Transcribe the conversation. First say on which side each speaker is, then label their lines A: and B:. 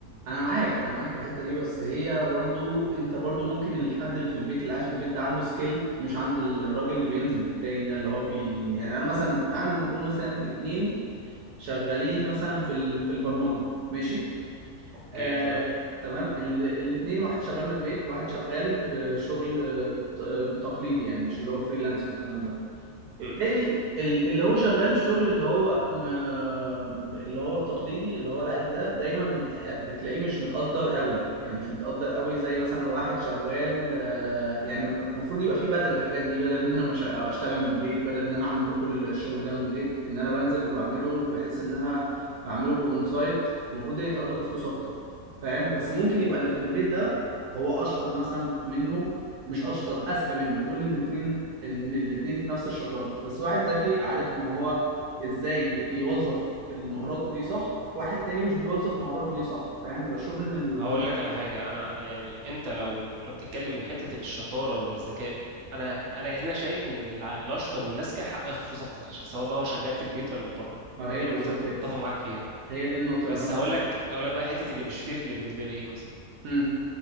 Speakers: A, on the right; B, on the right.
A: انا معاك انا معاك في الحته دي بس هي برضو انت برضو ممكن الحد اللي في البيت اللي قاعد في البيت ده عنده سكيل مش عند الراجل اللي بينزل التاني ده اللي هو بي يعني انا مثلا تعال نقول مثلا اتنين شغالين مثلا في ال... في البرمجه ماشي
B: اوكي
A: آه،
B: تمام
A: تمام الاثنين واحد شغال من البيت وواحد شغال بشغل آه، ت- آه، تقليدي يعني مش اللي هو فريلانس والكلام ده
B: امم
A: التاني ال- اللي هو شغال الشغل اللي هو م... اللي هو التقليدي اللي هو العادي ده دايما بتح... بتلاقيه مش متقدر قوي يعني مش متقدر قوي زي مثلا واحد شغال آه، يعني المفروض يبقى فيه بدل الحاجات دي بدل ان انا مش... أو اشتغل من البيت بدل ان انا اعمل لكم الشغل ده من البيت ان انا بنزل وبعمله بحس ان انا بعمله اون سايت المفروض ده يتقدر بفلوس اكتر فاهم بس ممكن يبقى اللي في البيت ده هو اشطر مثلا منه مش اشطر اذكى منه قول ان الاثنين ان الاتنين في نفس الشطاره بس واحد ذكي عارف ان هو ازاي يوظف مهاراته دي صح واحد تاني مش بيوظف مهاراته دي صح فاهم بشوف ان الموضوع
B: هقول لك على حاجه انا أنا يعني انت لو لو بتتكلم من حته الشطاره والذكاء انا انا هنا شايف ان الع- الاشطر والاذكى حقه ياخد فلوس اكتر ش- سواء بقى هو شغال في البيت ولا من بره
A: ما
B: فدي
A: هي بالظبط
B: انا متفق متفق
A: هي.
B: معاك فيها
A: هي دي النقطه
B: بس
A: اللي انا
B: هقول
A: بتكلم
B: لك
A: فيها
B: هقول لك بقى حته اللي مش فير اللي بالنسبه لي ايه مثلا
A: امم